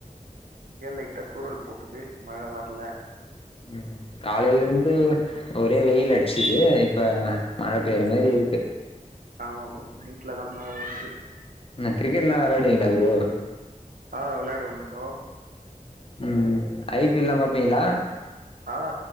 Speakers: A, on the right; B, on the left.
A: இங்க லைட்டா தூறல் போட்டது மழ வர்ல
B: ம் காலேல இருந்து ஒரே வெயில் அடிச்சது இப்ப மழ பெய்ற மாரி இருக்கு
A: ஆமா ப்ரோ நைட்ல தா மழ வருது
B: என்ன கிரிக்கெட் எல்லா விளையாடுவீங்களா ப்ரோ
A: ஆ விளையாடுவே ப்ரோ
B: ம் ஐ பி எல் எல்லா பாப்பீங்ளா
A: ஆ